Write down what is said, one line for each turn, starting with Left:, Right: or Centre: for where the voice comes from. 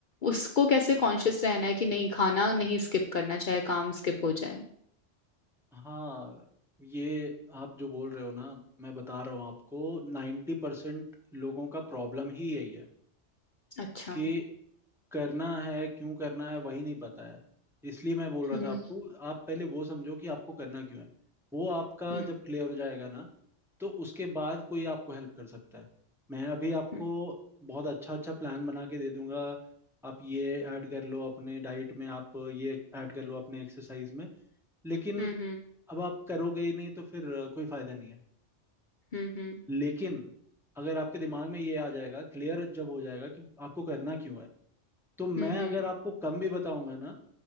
Left: उसको कैसे कॉन्शियस रहना है कि नहीं खाना नहीं स्किप करना चाहे काम स्किप हो जाए
Centre: हाँ ये आप जो बोल रहे हो ना मैं बता रहा हूँ आपको नाइन्टी परसेंट लोगों का प्रॉब्लम ही यही है
Left: अच्छा
Centre: कि करना है क्यों करना है वही नहीं पता है इसलिए मैं बोल रहा
Left: हम्म
Centre: था आपको आप पहले वो समझो कि आपको करना क्यों है वो आपका
Left: हम्म
Centre: जब क्लियर हो जाएगा ना तो उसके बाद कोई आपको हेल्प कर सकता है मैं अभी आपको
Left: हम्म
Centre: बहुत अच्छा अच्छा प्लान बना के दे दूंगा आप ये ऐड कर लो अपने डाइट में आप ये ऐड कर लो अपने एक्सरसाइज में लेकिन
Left: हम्म
Centre: अब आप करोगे ही नहीं तो फिर अ, कोई फायदा नहीं है
Left: हम्म हम्म
Centre: लेकिन अगर आपके दिमाग में ये आ जाएगा क्लियर जब हो जाएगा कि आपको करना क्यों है तो मैं
Left: हम्म हम्म
Centre: अगर आपको कम भी बताऊंगा ना